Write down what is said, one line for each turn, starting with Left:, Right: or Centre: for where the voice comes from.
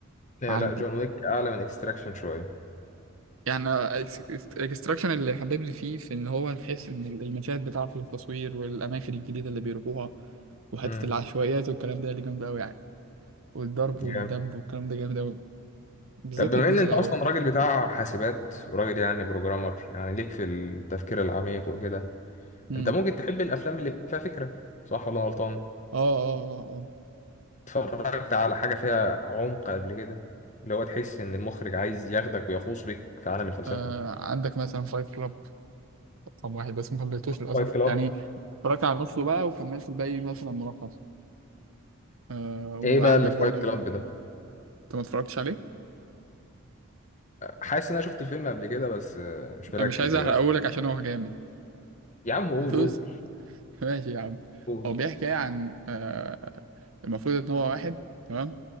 Left: لا
Right: معدي
Left: لا جون ويك اعلى من اكستراكشن شويه
Right: يعني الاكستراكشن اللي حببني فيه في ان هو تحس ان المشاهد بتاعته والتصوير والاماكن الجديده اللي بيروحوها وحته
Left: امم
Right: العشوائيات والكلام ده اللي جامده قوي يعني والضرب والدب
Left: جامد
Right: والكلام ده جامد أوي بالذات
Left: طب بما
Right: الجزء
Left: ان انت
Right: الأول
Left: اصلا راجل بتاع حاسبات وراجل يعني بروجرامر يعني ليك في التفكير العميق وكده
Right: امم
Left: انت ممكن تحب الافلام اللي فيها فكره صح ولا غلطان
Right: اه اه اه اه
Left: اتفرجت على حاجه فيها عمق قبل كده اللي هو تحس ان المخرج عايز ياخدك ويغوص بك في عالم الفلسفه
Right: آه، عندك مثلا فايت كلاب رقم واحد بس ما كملتوش للأسف
Left: فايت كلاب
Right: يعني اتفرجت على نصه بقى وكملت الباقي مثلا ملخص آه وعندك
Left: ايه بقى اللي في
Right: برضو
Left: فايت كلاب
Right: انت
Left: ده
Right: ما اتفرجتش عليه؟
Left: حاسس ان انا شفت الفيلم قبل كده بس آه، مش مركز
Right: انا مش عايز
Left: دلوقتي
Right: احرق اقولك عشان هو جامد
Left: يا عم قول
Right: هتوس
Left: قول
Right: <laughs> ماشي يا عم
Left: قول
Right: هو بيحكي يعني عن آه المفروض ان هو واحد تمام